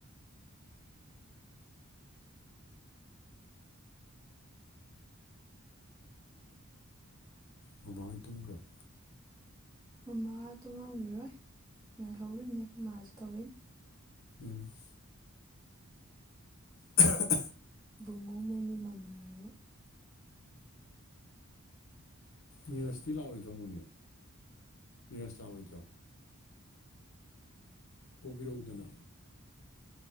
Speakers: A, on the left (about 65°); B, on the right (about 20°).
A: ꯃꯃꯥꯍꯣꯏ ꯇꯨꯝꯈ꯭ꯔꯕꯣ
B: ꯃꯃꯥ ꯇꯨꯝꯃꯝꯈꯤꯔꯣꯏ ꯉꯥꯏꯍꯧꯔꯤꯝꯅꯦ ꯈꯣꯏ ꯃꯥꯁꯨ ꯇꯧꯋꯦꯏꯅ
A: <inaudible> <unintelligible>
B: ꯨꯕꯨꯡꯉꯣ ꯃꯣꯏꯅꯤ ꯃꯅꯥꯔ
A: ꯅꯤꯔꯁꯇꯤ ꯂꯥꯛꯑꯣꯏꯗ꯭ꯔꯣ ꯃꯣꯅꯦ ꯅꯤꯔꯁ ꯂꯥꯛꯑꯣꯏꯗ꯭ꯔꯣ ꯄꯨꯕꯤꯔꯛꯎꯗꯅ